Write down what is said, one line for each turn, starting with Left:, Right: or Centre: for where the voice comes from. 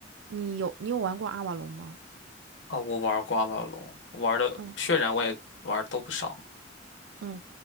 Right: 你有你有玩过阿瓦隆吗？
Left: 啊，我玩儿刮刮龙，玩的血染我也玩的都不少
Right: 嗯，嗯，